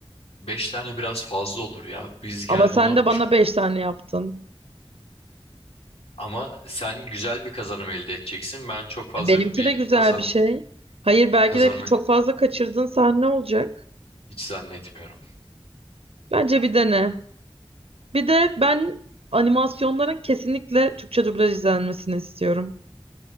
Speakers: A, on the left; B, on the right.
A: Beş tane biraz fazla olur ya. Biz gel
B: Ama sen
A: bunu
B: de bana
A: üç-
B: beş tane yaptın.
A: ama sen güzel bir kazanım elde edeceksin. Ben çok fazla
B: E, Benimki
A: bir
B: de güzel
A: kazanım
B: bir şey. Hayır belki
A: kazanımı
B: de çok fazla kaçırdığın sahne olacak.
A: hiç zannetmiyorum.
B: Bence bir dene. Bir de ben animasyonların kesinlikle Türkçe dublaj izlenmesini istiyorum.